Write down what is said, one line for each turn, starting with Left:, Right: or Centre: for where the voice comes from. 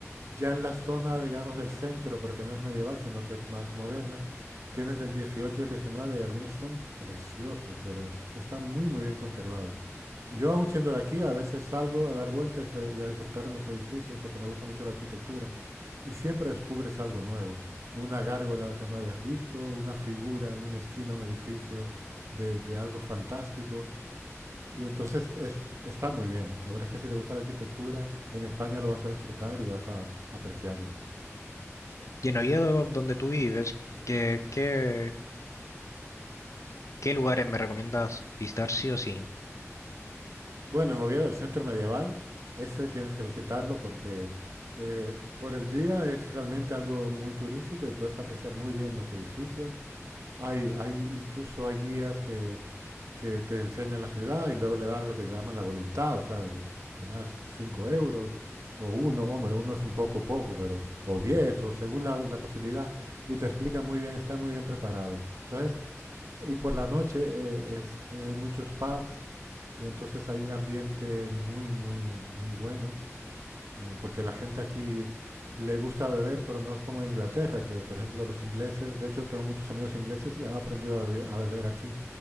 Right: ya en la zona, digamos, del centro, porque no es medieval, sino que es más moderna, tienes del 18 y el 19 y algunos son preciosos, pero y están muy, muy bien conservados. Yo, aún siendo de aquí, a veces salgo a dar vueltas y a- y a disfrutar de los edificios porque me gusta mucho la arquitectura y siempre descubres algo nuevo. Una gárgola que no habías visto, una figura en una esquina de un edificio de, de algo fantástico. Y entonces es, está muy bien. La verdad es que si te gusta la arquitectura, en España lo vas a disfrutar y vas a apreciarla.
Left: Y en Oviedo, donde tú vives, ¿qué, qué, qué lugares me recomiendas visitar sí o sí?
Right: Bueno, en Oviedo, el centro medieval, ese tienes que visitarlo porque eh, por el día es realmente algo muy turístico y puedes apreciar muy bien los edificios. Hay, hay incluso hay guías que que te enseña la ciudad y luego le das lo que llaman la voluntad, o sea, que le das 5 euros o uno, hombre, uno es un poco poco, pero o 10 o según la, la posibilidad y te explican muy bien, están muy bien preparados. Entonces, y por la noche eh, es, eh, hay muchos pubs y entonces hay un ambiente muy, muy, muy bueno eh, porque la gente aquí le gusta beber, pero no es como en Inglaterra, que por ejemplo los ingleses, de hecho tengo muchos amigos ingleses y han aprendido a bebe- a beber aquí,